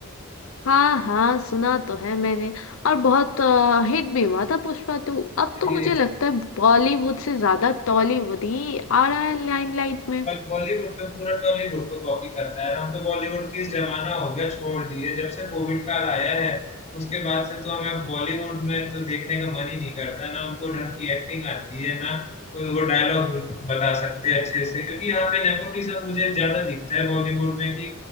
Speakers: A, on the left; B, on the left.
A: हाँ हाँ सुना तो है मैंने और बहुत हिट भी हुआ था पुष्पा टू अब
B: जी
A: तो मुझे लगता है बॉलीवुड से ज्यादा टॉलीवुड ही आ रहा है लाइमलाइट में
B: बॉलीवुड तो पूरा टॉलीवुड को कॉपी करता है और हम तो बॉलीवुड की जमाना हो गया छोड़ दिए जब से कोविड काल आया है उसके बाद से तो हमें बॉलीवुड में तो देखने का मन ही नहीं करता ना उनको ढंग की एक्टिंग आती है ना कोई वो डायलॉग बता सकते हैं अच्छे से क्योंकि यहाँ पे नेपोटिज्म मुझे ज्यादा दिखता है बॉलीवुड में कि